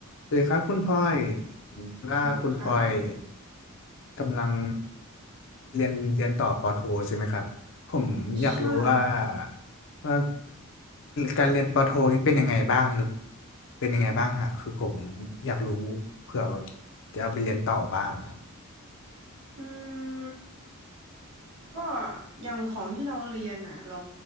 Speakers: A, on the left; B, on the right.
A: สวัสดีครับคุณพลอยว่าคุณพลอย
B: ฮัลโหลค่ะ
A: กำลังเรียนเรียนต่อปอโทใช่ไหมครับ ผมอยากรู้ว่า
B: ใช่
A: ว่าการเรียนปอโทนี้เป็นยังไงบ้างหรือเป็นยังไงบ้างฮะคือผมอยากรู้เผื่อแบบจะเอาไปเรียนต่อบ้าง
B: อืมก็อย่างของที่เราเรียนอ่ะเรา